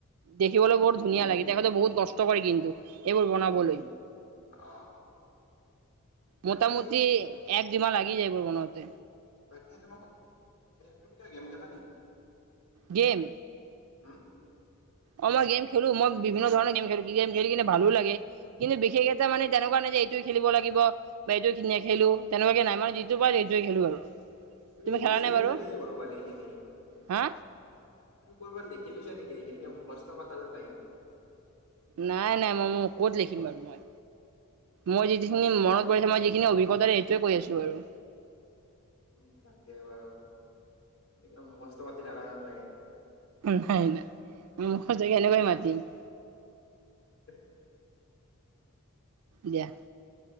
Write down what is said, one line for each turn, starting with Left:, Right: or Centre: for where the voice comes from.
Right: দেখিবলৈ বহুত
Left: উম
Right: ধুনীয়া লাগে তেখেতে বহুত কষ্ট কৰে কিন্তু এইবোৰ বনাবলৈ
Left: উম অ বাকী
Right: মোটামুটি এক দুমাহ লাগি যায় এইবোৰ বনাওঁতে
Left: বাকীই স তুমি কিয় গেম কে হয়
Right: গেম
Left: হা
Right: অ মই গেম খেলো মইভিন্ন ধৰণৰ গেম খেলো কিম খেলি কিনে ভালো লাগে কিন্তু বিশেষ এটা মানে তেনেকুৱা নাই যে এইটো খেলিব লাগিব বা এইটো নেখেলো তেনেকুৱাকে নাই মানে যিটো পায় সেইটোৱে খেলো আৰু
Left: তুমি
Right: খেলা
Left: লিখিৈছা
Right: নে বাৰু
Left: নেক কৰবা দেেইখিনি
Right: হা
Left: ক'ৰ এবাৰ লিখি লৈছে নেকি এইখিন মুখস্থ মাতা যেন লাগে
Right: নাই নাই মই ম ক'ত লিখিম বাৰু মই মই যিখিনি মনত পৰিছে মই যিখিনি অভিজ্ঞতাাৰে সেইটোৱে কৈ আছো বাৰু
Left: উ তাকে বাৰু এক মুখষ্ট পাতি থাকা যেন লাগে
Right: নাই নাই ম মুখৰ জেগে এনেকাই মাতিম
Left: <unintelligible>
Right: দিয়া